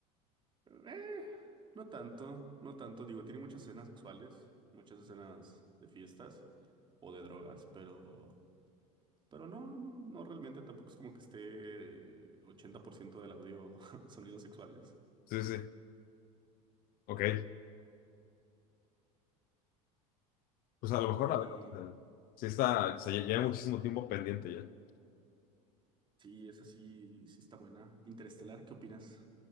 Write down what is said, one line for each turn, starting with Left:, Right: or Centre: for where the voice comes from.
Right: Eh, no tanto, no tanto. Digo, tiene muchas escenas sexuales, muchas escenas de fiestas o de drogas, pero, pero no, no, no realmente tampoco es como que esté 80% del audio <laughs> sonidos sexuales.
Left: Sí, sí, ok. Pues a lo mejor
Right: Eh,
Left: la veo. o sea, sí está, o sea, lle- lleva muchísimo tiempo pendiente ya.
Right: sí, esa sí, sí está buena. Interestelar, ¿qué opinas?